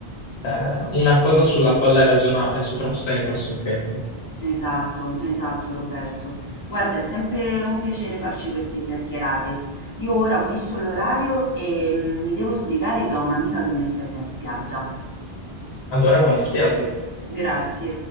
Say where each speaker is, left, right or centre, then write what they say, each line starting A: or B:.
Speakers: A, on the left (about 80°); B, on the left (about 20°).
A: eh, una cosa sulla quale ragionare, soprattutto nei prossimi tempi.
B: Esatto, esatto Roberto. Guarda, è sempre un piacere farci queste chiacchierate. Io ora ho visto l'orario e mm, mi devo sbrigare che ho un'amica che mi aspetta in spiaggia.
A: Allora, buona spiaggia.
B: Grazie.